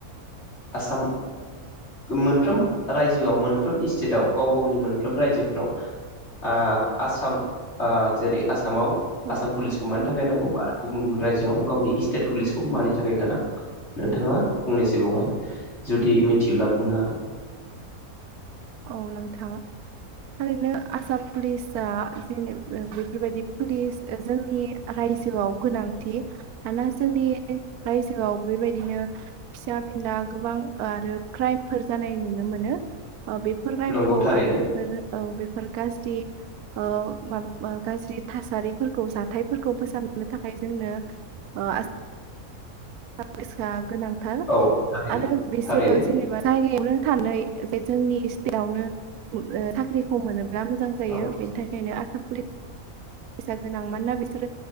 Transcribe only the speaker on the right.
औ
औ नोंथां थारैनो आसाम पुलिसाआ जेनेब बेफोरबायदि पुलिस जोंनि रायजोआव गोनांथि मानोना जोंनि रायजोआव बेबायदिनो फिसा फिनला गोबां आरो क्राइमफोर जानाय नुनो मोनो बेफोर राइमखौ
आरो बेफोर औ बेफोर गाज्रि औ ओ गाज्रि थासारिफोरखौ जाथायफोरखौ फोसाबनो थाखाय जोंनो ओ आसाम <unintelligible> गोनांथार
आरो बिसोरो
जेनेबा जायगायावनो थानै <unintelligible> जोंनि स्टेटआवनो ओ साख्रिखौ मोनोब्ला मोजां जायो
बेनि थाखायनो आसाम पुलिससा गोनां मानोना बिसोरो